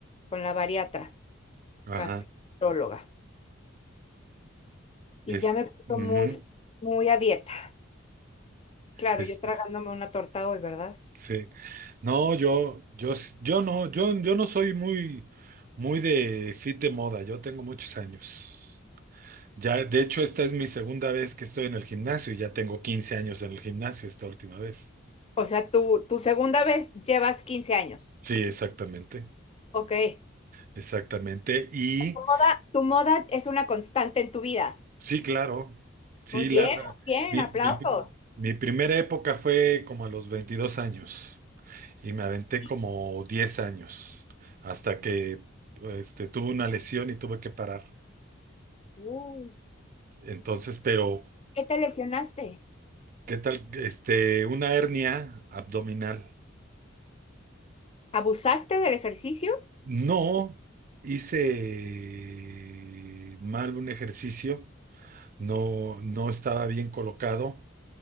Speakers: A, on the left; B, on the right.
A: con la bariatra,
B: ajá,
A: gastróloga, y
B: es,
A: ya me puso
B: ujú,
A: muy, muy a dieta. Claro,
B: es,
A: yo tragándome una torta hoy, ¿verdad?
B: sí. No, yo, yo, s- yo no, yo, yo no soy muy, muy de fit de moda, yo tengo muchos años. Ya, de hecho, esta es mi segunda vez que estoy en el gimnasio y ya tengo 15 años en el gimnasio esta última vez.
A: O sea, tu, tu segunda vez llevas quince años.
B: Sí, exactamente,
A: Ok.
B: exactamente. Y
A: Tu moda, tu moda es una constante en tu vida.
B: sí, claro, sí,
A: Muy bien,
B: la,
A: muy bien,
B: mi,
A: aplausos.
B: mi, mi primera época fue como a los 22 años. y me aventé
A: Y-
B: como 10 años hasta que este, tuve una lesión y tuve que parar.
A: uh,
B: Entonces, pero,
A: ¿qué te lesionaste?
B: ¿qué tal? Este, una hernia abdominal.
A: ¿Abusaste del ejercicio?
B: No hice mal un ejercicio, no, no estaba bien colocado